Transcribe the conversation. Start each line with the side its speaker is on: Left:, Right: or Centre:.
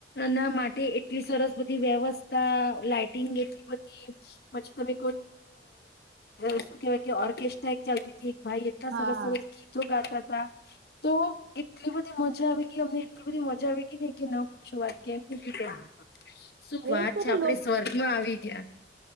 Left: ના માટે એટલી સરસ બધી વ્યવસ્થા લાઈટ ટિંગ એટલી બધી પછી તમે <unintelligible> એક શું કેહેવાય કે ઓર્કેસ્ટ્રા એક ચાલતી થી. ભાઈ એટલા
Right: હા
Left: સરસ સરસ ગીતો ગાતા તો એટલી બધી મજા આવી ગઈ અમને એટલી બધી મજા આવી ગઈ ને કે ન શું વાત કેમ શું
Right: એ
Left: વાત
Right: તો
Left: છે,
Right: એટલે
Left: આપડે
Right: લોકો
Left: સ્વર્ગમાં આવી <inaudible>